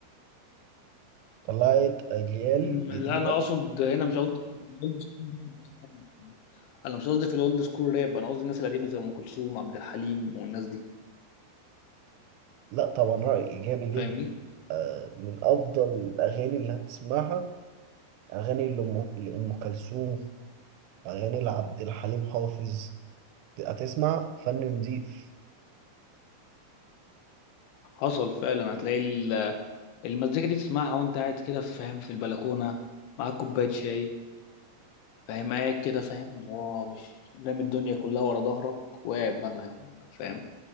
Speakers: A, on the right (about 80°); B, on the left (about 75°).
A: طلعت أجيال
B: مم،
A: جديدة
B: لا انا اقصد هنا مش قصدي في الاولد سكول راب انا مش قصدي في الاولد سكول راب انا قصدي الناس القديمه زي ام كلثوم عبد الحليم والناس دي
A: لا طبعا رأي إيجابي جدا
B: فاهمني
A: آه، من أفضل الأغاني اللي هتسمعها أغاني لأم لأم كلثوم أغاني لعبد الحليم حافظ هتسمع فن نضيف
B: حصل فعلا هتلاقي ال- المزيكا دي تسمعها وانت قاعد كده فاهم في البلكونه معاك كوبايه شاي فاهم قاعد كده فاهم اللي هو مش رامي الدنيا كلها ورا ظهرك وقاعد بقى معاهم فاهم